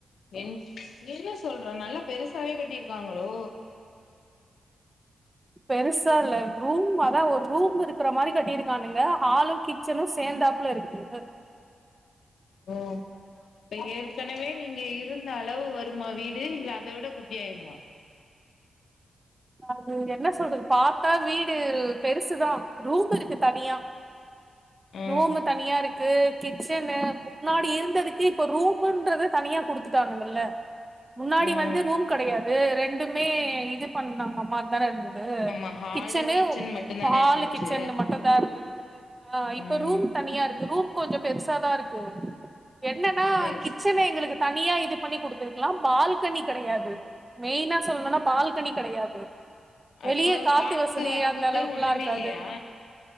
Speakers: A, on the left; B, on the right.
A: என் என்ன சொல்ற நல்லா பெருசாவே கட்டிருக்காங்களோ
B: பெருசால்ல ரூம் அதா ஒரு ரூம் இருக்குற மாரி கட்டிருக்கானுங்க ஹாலு கிச்சனு சேந்தாப்ல இருக்குங்க
A: ஓ ப்ப ஏற்கனவே நீங்க இரு அளவு வருமா வீடு இல்ல அத விட குட்டியா யேனுமா
B: அது என்ன சொல்றது பாத்தா வீடு பெருசுதா ரூம் இருக்கு தனியா
A: ம்
B: ரூம்மு தனியா இருக் கு கிச்சன்னு முன்னாடி இருந்ததுக்கு இப்ப ரூம்ன்றது தனியா குடுத்துட்டானுங்கல்ல முன்னாடி
A: ம்
B: வந்து ரூம் கடயாது ரெண்டுமே இது பண்ண மா மாரி தான இருக்கு அ
A: ஆமா ஹாலு
B: கிச்சன்னு
A: கிச்சன்
B: ஒ
A: மட்டுந்தானே
B: ஹால்லு
A: இருந்துச்சு
B: கிச்சன் மட்டு தா இருந்தது ஆ இப்ப
A: ம்
B: ரூம் தனியா இருக்கு ரூம் கொஞ்சோ பெருசாதா இருக்கு என்னன்னா
A: சேரி
B: கிச்சன
A: சேரி
B: எங்களுக்கு தனியா இது பண்ணி குடுத்துருக்கலா பால்கனி கெடையாது மெயினா சொல்ணுன்னா பால்கனி கெடையாது வெளிய
A: அப்ப
B: காத்து வசதி
A: வர்றதுக்கு
B: அந்த அளவுக்குல்லா
A: ஒண்ணுமே
B: இருக்காது
A: இல்லையா